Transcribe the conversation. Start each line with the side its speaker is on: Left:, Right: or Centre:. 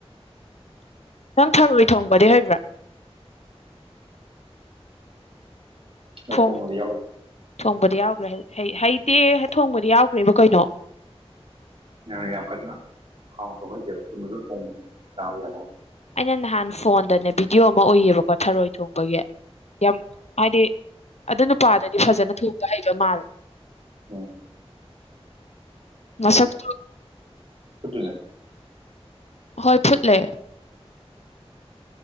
Left: ꯅꯪ ꯊꯔꯣꯏ ꯊꯣꯡꯕꯗꯤ ꯍꯥꯏꯕ꯭ꯔꯥ
Right: ꯋꯦꯛ
Left: ꯊꯣꯡ
Right: ꯊꯣꯡꯕ ꯗꯤ ꯌꯥꯎꯔꯣꯏ
Left: ꯊꯣꯡꯕꯗꯤ ꯌꯥꯎꯈ꯭ꯔꯦ ꯍꯩ ꯍꯩꯇꯦ ꯊꯣꯡꯕꯗꯤ ꯌꯥꯎꯈ꯭ꯔꯦꯕ ꯀꯩꯅꯣ
Right: ꯅꯥꯔꯩ ꯌꯥꯝ ꯀꯟ ꯅꯥ ꯈꯥꯎ ꯇꯧꯕꯥ ꯍꯩꯇꯦꯕ ꯆꯨꯝꯅꯥ ꯁꯨꯝ ꯐꯣꯡ ꯆꯕ ꯌꯝꯍꯧ
Left: ꯑꯩꯅ ꯅꯍꯥꯟ ꯐꯣꯟꯗꯅꯦ ꯚꯤꯗꯤꯑꯣ ꯑꯃ ꯎꯏꯌꯦꯕꯀꯣ ꯊꯔꯣꯏ ꯊꯣꯡꯕꯒꯤ ꯌꯥꯝ ꯍꯥꯏꯗꯤ ꯑꯗꯨ ꯅꯨꯄꯥꯗꯗꯤ ꯐꯖꯟꯅ ꯊꯨꯡꯇꯥ ꯍꯩꯕ ꯃꯥꯜꯂꯦ
Right: ꯎ
Left: ꯃꯁꯛꯇꯨ
Right: <inaudible>
Left: ꯍꯣꯏ ꯐꯨꯠꯂꯦ